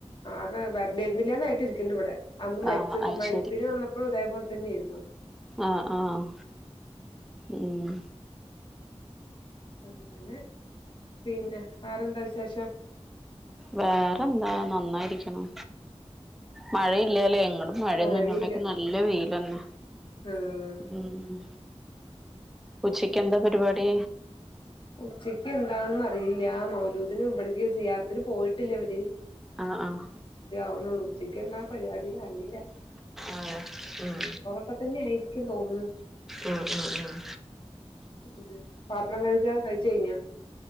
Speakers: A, on the left (about 45°); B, in the centre.
A: ആകെ വരണ്ടേർന്നില്ലന്ന്ട്ടിരിക്കണ്ട് ഇവിടെ അന്ന് മരിച്ചത്
B: ആഹ് അത്
A: മരിപ്പിന്
B: ശരി
A: വന്നപ്പയും ഇതേ പോലെ തന്നെരുന്നു
B: ആഹ് ആഹ് ഉം
A: അങ്ങനെ പിന്നെ വെറെന്താ വിശേഷം?
B: വേറെന്താ നന്നായിരിക്ണു മഴയില്ലല്ലേ ഇങ്ങടും മഴയൊന്നുല്ല
A: മഴയില്ല
B: ഇവിടൊക്കെ നല്ല വെയിലന്നെ
A: ആഹ്
B: ഉം ഉച്ചക്കെന്താ പരിപാടി?
A: ഉച്ചക്ക് എന്താന്ന് അറിയില്ല മൗലൂദിനും ഇവിടക്ക് സിയാറത്തിന് പോയിട്ടില്ല ഇവര്
B: ആഹ് ആഹ്
A: ആവ്ണോള്ളൂ ഉച്ചക്ക് എന്താ പരിപാടിന്ന് അറീല
B: ആഹ് ഉം
A: ഇപ്പത്തന്നെ ആയിരിക്കും തോന്ന്ണ്
B: ആഹ് ആഹ് ആഹ്
A: ഉം പാത്രം കഴ്കാ കഴിച്ച് കഴിഞ്ഞാ